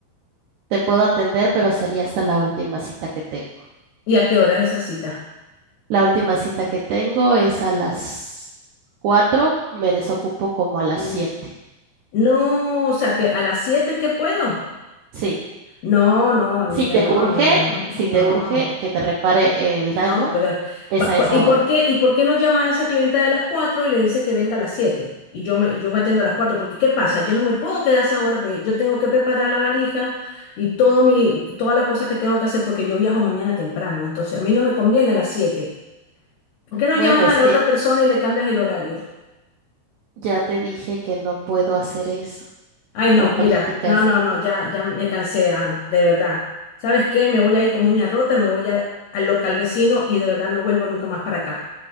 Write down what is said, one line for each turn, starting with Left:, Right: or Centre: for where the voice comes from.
Right: te puedo atender, pero sería hasta la última cita que tengo.
Left: ¿Y a qué hora es esa cita?
Right: La última cita que tengo es a las 4. me desocupo como a las
Left: Mm,
Right: 7.
Left: No, o sea, que a las 7 es que puedo.
Right: Sí,
Left: No, no, amiga,
Right: Si te
Left: no,
Right: urge,
Left: no, no,
Right: si
Left: no,
Right: te urge que te repare el daño,
Left: no, pero
Right: es
Left: va-
Right: a
Left: po-
Right: esa
Left: ¿y por
Right: hora.
Left: qué, y por qué no llama a esa clienta de las 4 y le dice que venga a las 7? Y yo me, yo me atiendo a las 4 porque ¿qué pasa? Yo no me puedo quedar a esa hora, pues yo tengo que preparar la valija y todo mi, todas las cosas que tengo que hacer porque yo viajo mañana temprano, entonces a mí no me conviene a las 7. ¿Por qué no
Right: Bueno,
Left: llamas
Right: es
Left: a la
Right: que
Left: otra persona y le cambias el horario?
Right: ya te dije que no puedo hacer eso
Left: Ay, no,
Right: por políticas
Left: mira, no, no, no, ya, ya me cansé, ama, de verdad. ¿Sabes qué? Me voy a ir como uña rota, me voy a- al local vecino y de verdad no vuelvo nunca más para acá.